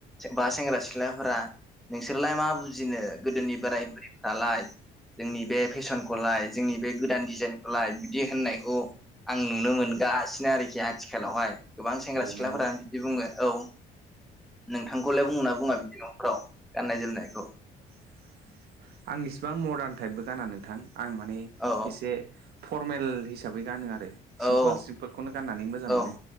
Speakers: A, in the centre; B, on the right.
A: बा सेंग्रा सिख्लाफ्रा नोंसोरलाय मा बुजिनो गोदोनि बोराय बुरिफ्रालाय जोंनि बे फेसनखलाय जोंनि बे गोदान डिजाइनखलाय बिदि होननायखौ आं नुनो मोनगासिनो आरोखि आथिखालावहाय गोबां सेंग्रा
B: औ
A: सिख्लाफोरा
B: नंगौ
A: बिदि बुङो औ नोंथांखौलाय बुङो ना बुङा बिदि न'खराव गाननाय जोमनायखौ
B: हो आं इसिबां मदार्न टाइपबो गाना नोंथां आं माने
A: औ
B: एसे फरमेल हिसाबै गानो आरो
A: औ
B: सिमफोल सिम बेफोरखौनो गाननानै मोजां
A: औ
B: मोनो